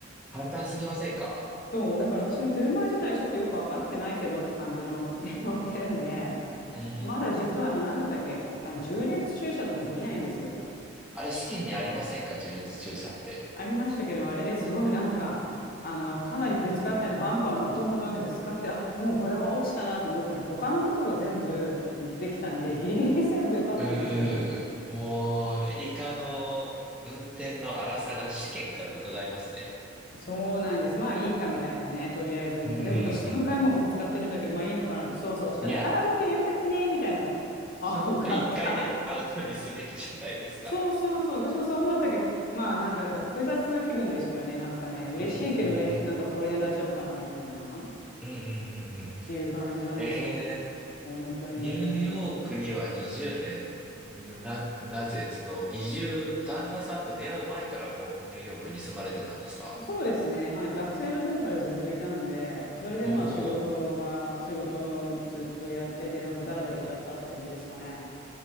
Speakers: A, in the centre; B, on the left (about 45°).
A: 簡単すぎませんか
B: そう、だから私も車自体ちょっとよく分かってないけどって感じの <laughs>、ね持ってるんで、
A: うん。
B: まだ実は、あの、なんだったっけ、あの、縦列駐車とかできないんですよ。
A: あれ、試験にありませんか縦列駐車って。
B: ありましたけど、あれですごいなんか、あの、かなりぶつかってあの、バンパーの方どんどんでぶつかって、あ、もうこれは落ちたなと思ったら、他のことが全部できたんで、ギリギリセーフで受かったんですよ。
A: うー、もう、アメリカの運転の荒さが試験から伺えますね。
B: そうなんです。まあいいかみたいなね、とりあえずみたいな。
A: うんうんうん
B: でも私3回もぶつかってるんだけど、まあいいのかなってそわそわしたら、
A: うん。いや、
B: あ、オッケーよかったね、みたいな。あ、
A: 本当は一回でアウトにすべきじゃないですか。
B: 受かった。そうそうそう、私もそう思ったけど、まあなんかだから複雑な気分でしたよね、なんかね、嬉しいけど嬉し、
A: うんうんうん。
B: なんかこれで大丈夫かなみたいな。
A: うんうんうんうん。
B: っていう感じなんですよ。
A: え
B: 本当に。
A: ー、ニューヨークには20年、な、なぜ、その移住、旦那さんと出会う前からもうニューヨークに住まれてたんですか
B: そうですね。はい。学生の時からずっといたんで、それでまあ仕事が、
A: おおー。
B: 仕事をずっとやってて、なんかダラダラいっちゃったって感じですかね。